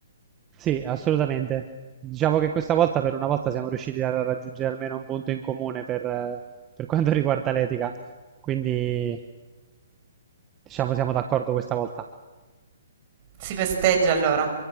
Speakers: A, on the right; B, on the right.
A: sì, assolutamente. Diciamo che questa volta, per una volta, siamo riusciti a raggiungere almeno un punto in comune per, eh, per quanto riguarda l'etica. Quindi, diciamo, siamo d'accordo questa volta.
B: Si festeggia allora.